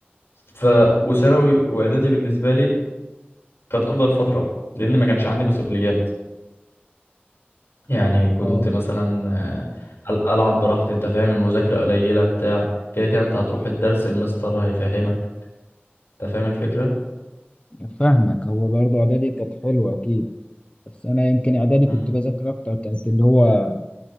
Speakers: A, on the left; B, on the left.
A: ف وثانوي واعدادي بالنسبه لي كانت افضل فتره لان ما كانش عندي مسؤوليات يعني كنت
B: اه
A: مثلا آه، أل- العب براحتي انت فاهم المذاكره قليله بتاع كده كده انت هتروح الدرس المستر هيفهمك انت فاهم الفكره
B: فاهمك هو برضه اعدادي كانت حلوه اكيد بس انا يمكن اعدادي
A: مم.
B: كنت بذاكر اكتر كانت اللي هو